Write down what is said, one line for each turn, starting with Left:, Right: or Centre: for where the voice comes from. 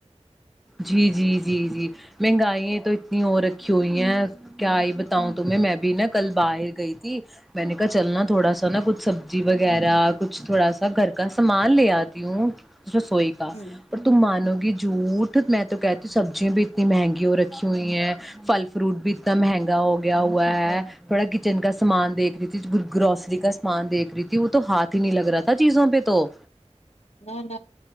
Centre: جی جی جی جی مہنگائ تو اتنی اور رکھی ہوئی ہیں کیا آئی بتاؤں تمہیں میں بھی نا کل باہر گئی تھی میں نے کہا چلناا تھوڑا سا نا کچھ سبزی وغیرہ کچھ تھوڑا سا گھر کا سامان لے آتی ہوں رسوئی کا اور
Left: ہ
Centre: تم مانو گی جووٹ <unintelligible> میں تو کہتی ہوں سبزیاں بھی اتنی مہنگی ہو رکھی ہوئی ہیں پھل فروٹ بھی اتنا مہنگا ہو گیا ہوا ہے تھوڑا کچن کا سامان دیکھ رہی تھی گروسری کا سامان دیکھ رہی تھی وہ تو ہاتھ ہی نہیں لگ رہا تھا چیزوں پہ تو
Left: نہ نہ